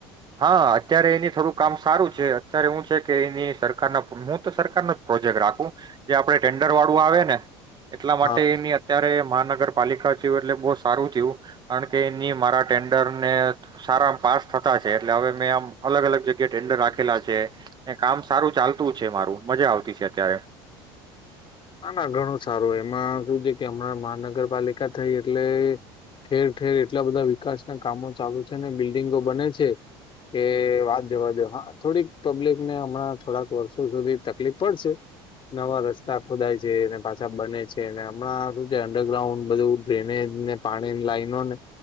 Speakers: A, on the right; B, on the left.
A: હા અત્યારે એની થોડું કામ સારું છે અત્યારે હુ છે કે એની સરકારના હું તો સરકારનો જ પ્રોજેક્ટ રાખું જે આપડ ટેન્ડર વાળું આવેને એટલા માટે
B: હા
A: એની અત્યારે મહાનગર પાલિકા જેવુ એટલે બો સારું થીયું કારણ કે એની મારા ટેન્ડર ને સારા પાસ થતા એટલે હવે મે આમ અલગ અલગ જગ્યા ટેન્ડર રાખેલા છે એ કામ સારું ચાલતું છે મારું મજા આવતી છે અત્યારે
B: ના ના ઘણું સારું એમાં શું છે કે હમણાં મહાનગરપાલિકા થઈ એટલે ઠેર ઠેર એટલા બધા વિકાસ ના કામો ચાલુ છે ને બી. વિંગો બને છે કે વાત જવા દો. હા થોડીક પબ્લિક ને હમણાં થોડાક વર્ષો સુધી તકલીફ પડશે નવા રસ્તા ખોદાય છે ને પાછા બને છે ને હમણાં હારુ જે અંડરગ્રાઉન્ડ બધું ડ્રેનેજ ને પાણીની લાઈનોને